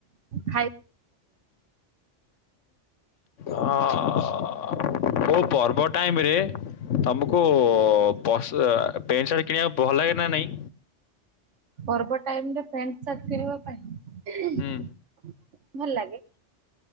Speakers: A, on the right; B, on the left.
A: ଖାଇ
B: ହଁ ଓଉ ପର୍ବ ଟାଇମରେ ତମକୁ ପଶ ପ୍ୟାଣ୍ଟ ସାର୍ଟ କିଣିବାକୁ ଭଲ ଲାଗେ ନା ନାହିଁ?
A: ପର୍ବ ଟାଇମରେ ପ୍ୟାଣ୍ଟ ସାର୍ଟ କିଣିବା ପାଇଁ, <unintelligible>
B: ହୁଁ
A: ଭଲ ଲାଗେ।